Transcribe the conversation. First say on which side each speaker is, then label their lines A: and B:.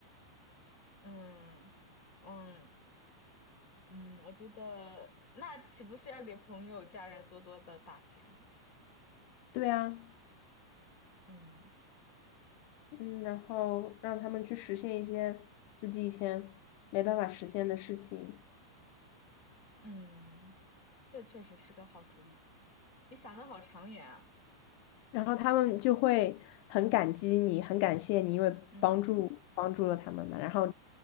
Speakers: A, on the left; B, on the left.
A: 嗯嗯嗯，我觉得那岂不是要给朋友、家人多多的打钱？
B: <laughs> 对啊。
A: 嗯
B: 嗯，然后让他们去实现一些自己以前没办法实现的事情，
A: 嗯，这确实是个好主意，你想的好长远啊，
B: 然后他们就会很感激你，很感谢你，因为帮助帮助了他们嘛，
A: 嗯
B: 然后